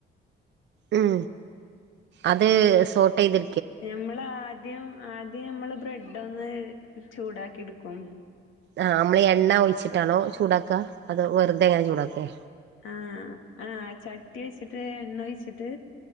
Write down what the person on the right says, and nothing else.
ഉം അത് സോട്ടേയ്ത്
ആഹ് മ്മള് എണ്ണ ഒഴിച്ചിട്ടാണോ ചൂടാക്കാ അതോ വെറുതെ ഇങ്ങനെ ചൂടാക്കേ